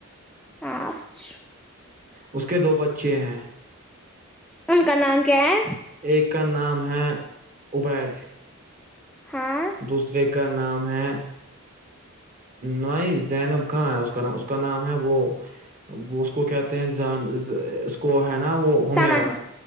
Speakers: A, in the centre; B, on the right (about 35°).
A: اچھ
B: اس کے دو بچے ہیں
A: ان کا نام کیا ہے
B: ایک کا نام ہے عبید
A: ہاں
B: دوسرے کا نام ہے نوائ زینب کہاں ہے اس کا نام اس کا نام ہے وہ وہ اس کو کہتے ہیں اس کو ہے نا وہ ہومیرا
A: تمن